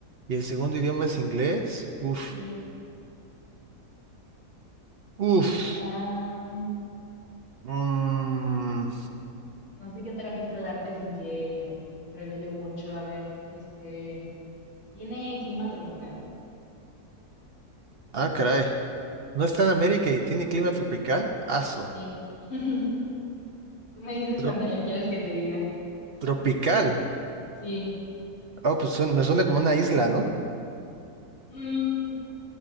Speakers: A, on the right; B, on the left.
A: ¿Y el segundo idioma es inglés? Uf,
B: sí.
A: uf.
B: Está, no
A: Mm,
B: sé qué otra pista darte sin que revele mucho. A ver, este, tiene clima tropical.
A: Ah, caray. ¿No está en América y tiene clima tropical? Aso.
B: Sí. <laughs> Tú me dices
A: Tro-
B: cuando ya quieres que te diga.
A: tropical.
B: Sí.
A: Oh, pues suena- me suena como una isla, ¿no?
B: Mm,